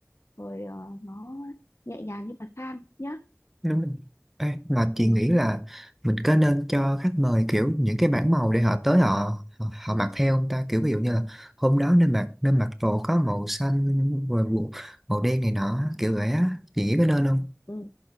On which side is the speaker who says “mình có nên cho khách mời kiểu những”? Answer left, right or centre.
Centre